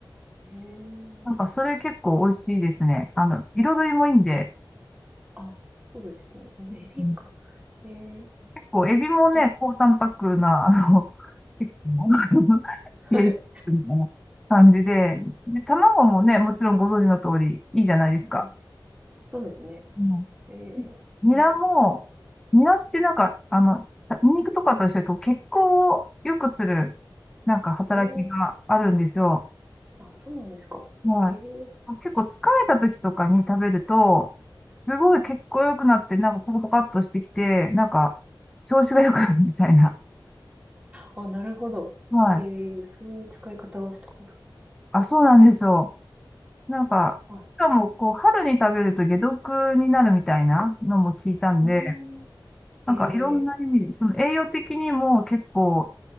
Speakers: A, on the right; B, in the centre.
A: えー
B: なんかそれ結構美味しいですね。あの、彩りもいいんで、
A: あ、そうですよね。うん、エビか。
B: うん
A: ええ、
B: 結構エビもね、
A: なんか
B: 高タンパクな、
A: うん、
B: あの、<laughs> 結構、<laughs> 低
A: はい。
B: 脂みたいな感じで、で、卵もね、もちろんご存知の通りいいじゃないですか。
A: うん。そうですね。
B: うん
A: ええ、
B: ニラも、
A: なる
B: ニラってなんか、あの、ニンニクとかと一緒にこう血行を良くする、なんか働きがあるんですよ。
A: ほああ、あ、そうなんですか。
B: はい。
A: ええ。
B: 結構疲れた時とかに食べると、すごい血行良くなって、
A: うん。
B: なんかポカポカっとしてきて、なんか調子が良くなるみたいな。
A: えーあ、なるほど。
B: はい。
A: ええ、そういう使い方はしたことな
B: あ、そうなんですよ。なんか、
A: いはい。
B: しかも、こう、春に食べると解毒になるみたいなのも聞いたんで、
A: うーん。ええ、
B: なんかいろんな意味で、その栄養的にも結構